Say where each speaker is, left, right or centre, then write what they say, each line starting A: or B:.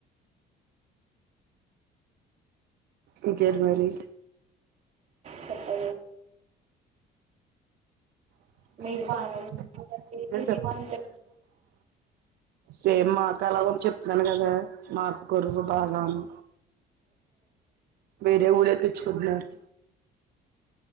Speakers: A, on the right; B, on the right.
A: ఇంకేంటి మరి
B: చెప్ప
A: <inaudible>
B: మీకు బానే ఉంది అంతే
A: సేమ్ మాకు అలాగ చెప్తాను కదా మాకు గురువు బాగాను వేరే ఊరెళ్ళి తెచ్చుకుంటున్నారు